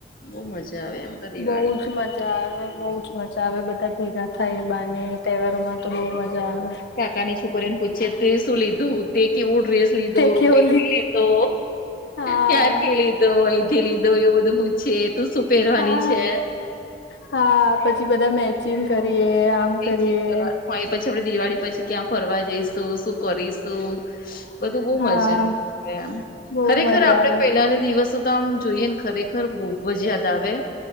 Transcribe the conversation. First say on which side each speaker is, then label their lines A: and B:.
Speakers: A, on the left (about 50°); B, on the left (about 85°).
A: બહુ મજા આવે એમ તો દિવાળી
B: બહુ જ મજા આવે બહુ જ મજા આવે બધા ભેગા થાય બાને તહેવારોમાં તો બહુ મજા આવે
A: કાકાની છોકરીને પૂછે તે શું લીધું તે કેવું ડ્રેસ લીધો
B: તે કેવો
A: કથી લીધો
B: હા
A: ક્યાંથી લીધો લ અહીંથી લીધો એવું બધું પૂછીએ તું શું પહેરવાની
B: હા
A: છે
B: હા પછી બધા મેચિંગ કરીએ આમ કરીએ
A: એ કરવાનું હ એ પછી આપડે દિવાળી પછી ક્યાં ફરવા જઈશું શું કરીશું બધું બહ
B: હા
A: મજા એમ
B: બહુ
A: ખરેખર
B: મજા
A: આપડે
B: આવે
A: પેલાને દિવસ તો આમ જોઈએ ને ખરેખર બહબ જ યાદ આવે